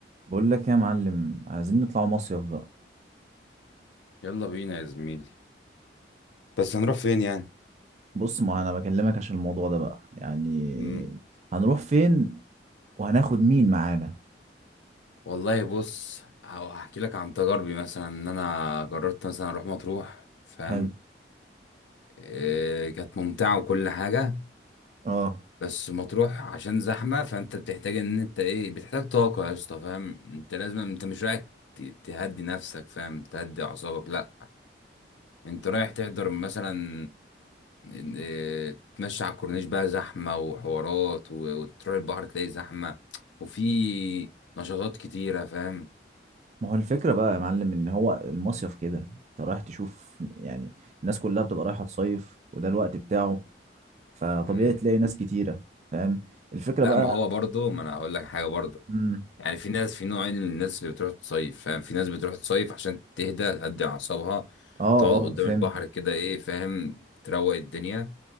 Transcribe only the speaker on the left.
يلا بينا يا زميلي بس هنروح فين يعني
مم.
والله بص هحكي لك عن تجاربي مثلا ان انا جربت مثلا اروح مطروح فاهم
إيه كانت ممتعه وكل حاجه
بس مطروح عشان زحمه فانت بتحتاج ان انت ايه بتحتاج طاقه يا اسطى فاهم انت لازم انت مش رايح ت- تهدي نفسك فاهم تهدي اعصابك لا انت رايح تحضر مثلا إن- تمشي على الكورنيش بقى زحمة وحوارات و- وتروح البحر تلاقي زحمة وفي نشاطات كتيرة فاهم
مم.
لا
ما هو برضه ما انا هقول لك حاجة برضه
يعني في ناس في نوعين من الناس اللي بتروح تصيف فاهم في ناس بتروح تصيف عشان تهدى تهدي أعصابها
تقعد
قدام
البحر كده ايه فاهم تروق الدنيا